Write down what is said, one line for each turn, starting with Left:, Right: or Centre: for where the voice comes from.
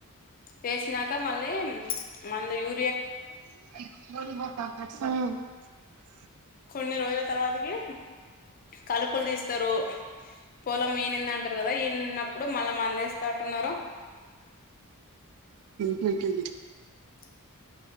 Left: వేసినాక మళ్ళీ మందు యూ
Right: మ్మ్
Left: కొన్ని రోజుల తర్వాతకి కలుపులు తీస్తారు పొలం ఈనింద అంటారు కదా ఈనన్నప్పుడు మళ్ళా మందేస్త అంటన్నారు
Right: బికల్ బ
Left: ఆ <unintelligible>